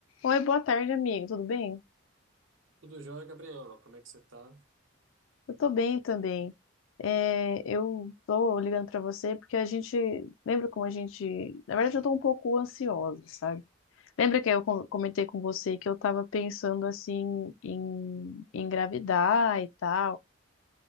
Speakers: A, on the left (about 70°); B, on the right (about 65°).
A: Oi, boa tarde, amigo. Tudo bem?
B: Tudo jóia, Gabriela? Como é que você tá?
A: Eu tô bem também. É, eu tô ligando pra você porque a gente lembra como a gente, na verdade, eu tô um pouco ansiosa, sabe? Lembra que eu com- comentei com você que eu tava pensando assim em em engravidar e tal,